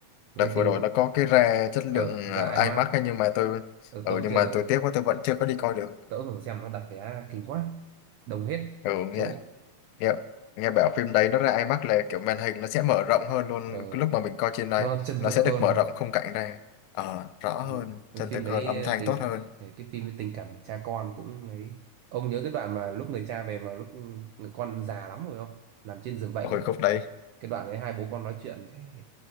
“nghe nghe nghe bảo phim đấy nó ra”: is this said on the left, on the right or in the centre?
Left